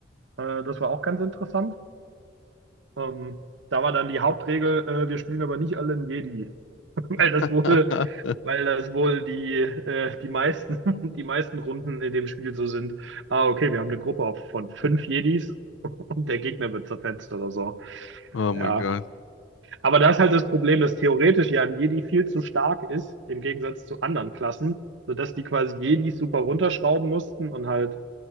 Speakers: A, on the right (about 65°); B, on the left (about 75°).
A: Äh, das war auch ganz interessant. Ähm, da war dann die Hauptregel, äh, wir spielen aber nicht alle einen Jedi. <laughs> weil
B: <laughs>
A: das wohl, weil das wohl die, äh, die meisten, <laughs> die meisten Runden in dem Spiel so sind. Ah, okay, wir haben eine Gruppe auf- von fünf Jedis und der Gegner wird zerfetzt oder so.
B: Oh
A: Ja.
B: mein Gott.
A: Aber da ist halt das Problem, dass theoretisch ja ein Jedi viel zu stark ist, im Gegensatz zu anderen Klassen, sodass die quasi Jedis super runterschrauben mussten und halt